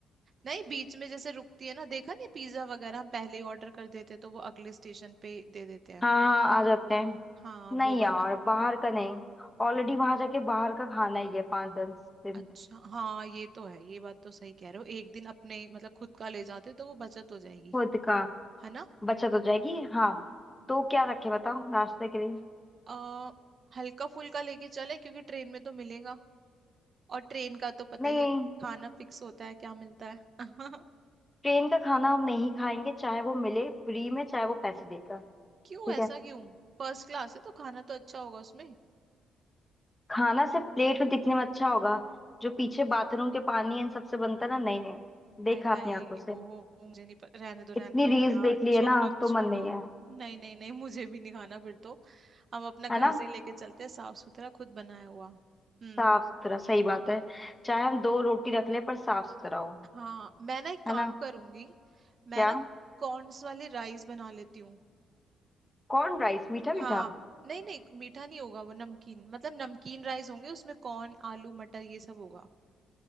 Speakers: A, on the right; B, on the left.
A: नहीं बीच में जैसे रुकती है ना देखा नहीं पिज्जा वगैरह हम पहले ही ऑर्डर कर देते हैं तो वो अगले स्टेशन पे दे देते हैं
B: हाँ हाँ आ जाते हैं
A: हाँ
B: नहीं
A: वो वाला
B: यार बाहर का नहीं ऑलरेडी वहां जाके बाहर का खाना ही है पाँच दस दिन
A: अच्छा हाँ ये तो है ये बात तो सही कह रहे हो एक दिन अपने मतलब खुद का ले जाते तो वो बचत हो जाएगी
B: खुद का
A: है ना
B: बचत हो जाएगी हाँ तो क्या रखे बताओ नाश्ते के लिए
A: आ, हल्का फुल्का लेके चले क्योंकि ट्रेन में तो मिलेगा और ट्रेन का तो पता
B: नहीं
A: ही है खाना फिक्स होता है क्या मिलता है <laughs>
B: ट्रेन का खाना हम नहीं खाएंगे चाहे वो मिले फ्री में चाहे वो पैसे देकर ठीक
A: क्यों ऐसा
B: है
A: क्यों फर्स्ट क्लास है तो खाना तो अच्छा होगा उसमें
B: खाना सिर्फ प्लेट में दिखने में अच्छा होगा जो पीछे बाथरूम के पानी इन सबसे बनता है ना नहीं नहीं देखा
A: हाय हाय
B: अपनी आंखों से
A: ओहो मुझे नहीं पता रहने दो रहने
B: इतनी
A: दो
B: रील्स
A: यार
B: देख ली
A: छोड़ो
B: है ना तो
A: छोड़ो
B: मन नहीं है
A: नहीं नहीं नहीं मुझे भी नहीं खाना फिर तो हम अपना घर
B: है ना
A: से ही लेके चलते हैं साफ सुथरा खुद बनाया हुआ हम्म
B: साफ सुथरा सही बात है चाहे हम दो रोटी रख ले पर साफ सुथरा हो
A: हाँ मैं ना एक काम
B: है ना
A: करूंगी मैं
B: क्या
A: ना कॉर्न्स वाले राइस बना लेती हूँ
B: कॉर्न राइस मीठा
A: हाँ
B: मीठा
A: नहीं नहीं मीठा नहीं होगा वो नमकीन मतलब नमकीन राइस होंगे उसमें कॉर्न आलू मटर ये सब होगा